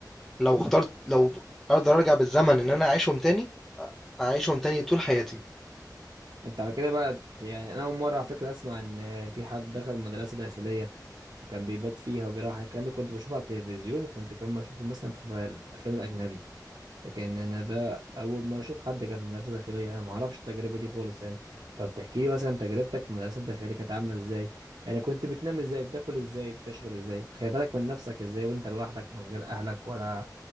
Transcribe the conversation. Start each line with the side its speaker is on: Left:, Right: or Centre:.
Centre: لو اخترت لو أقدر أرجع بالزمن إن أنا أعيشهم تاني، هاعيشهم تاني طول حياتي.
Right: انت على كده بقى يعني انا اول مره على فكره اسمع ان في حد دخل مدرسه داخليه وكان بيبات فيها وبيروح الكلام ده كنت بشوفه على التلفزيون وكنت كمان بشوفه مثلا في الافلام الاجنبي لكن انا ده اول مره اشوف حد كان في مدرسه داخليه انا ما اعرفش التجربه دي خالص يعني لو تحكي لي مثلا تجربتك في المدرسه الداخليه كانت عامله ازاي يعني كنت بتنام ازاي بتاكل ازاي بتشرب ازاي بتخلي بالك من نفسك ازاي وانت لوحدك من غير اهلك ولا